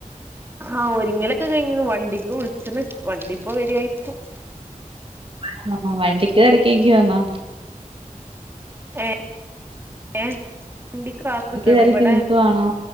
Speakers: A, on the right (about 15°); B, on the right (about 40°).
A: ആഹ് ഒരുങ്ങലൊക്കെ കഴിഞ്ണ് വണ്ടിക്ക് വിളിച്ച്ണ് വണ്ടിപ്പോ വേരോയിരിക്കും
B: ആഹ് വണ്ടിക്ക് തിരക്കീക്യുവന്നോ
A: ഏഹ് വണ്ടിക്ക് കാത്ത്ക്കാണ്
B: തിരക്കി
A: ഇബടെ
B: നിക്കുവാണോ